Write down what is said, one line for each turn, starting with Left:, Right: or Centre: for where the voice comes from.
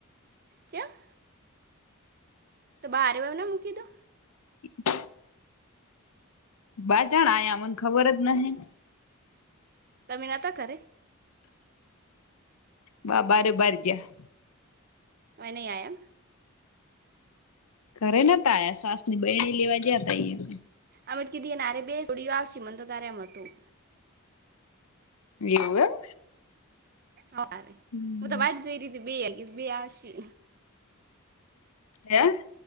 Right: ચ્યા તો બા હારે ન મૂકી દો
Left: <inaudible> બા ચાણ આયા અમન ખબર જ નહી
Right: તમે નતા ઘરે?
Left: બા બારે બાર ગયા
Right: વોય નહી આયા એમ
Left: ઘરે નતા આયા સાસની બેઈણી લેવા જયા તા ઈ
Right: અમેતો કીધુ ઇયન હારે બે સોડીયું આવશે મન તો તારે એમ હતું.
Left: એવુ એમ
Right: હવારે
Left: હમ
Right: હું તો વાટ જોઈરીતિ બેયનિ કીધું બે આવશિ
Left: હે